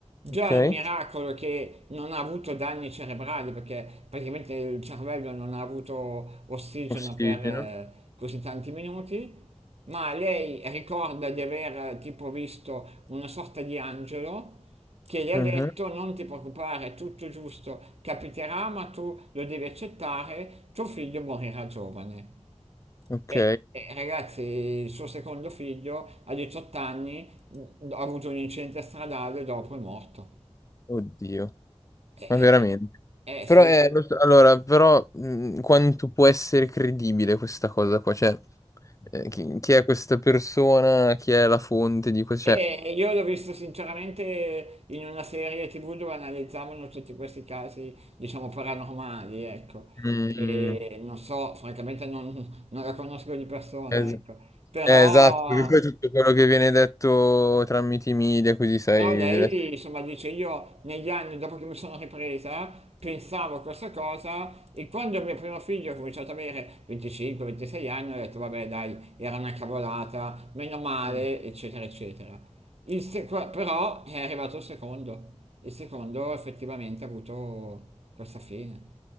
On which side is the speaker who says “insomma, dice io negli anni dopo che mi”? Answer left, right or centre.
Right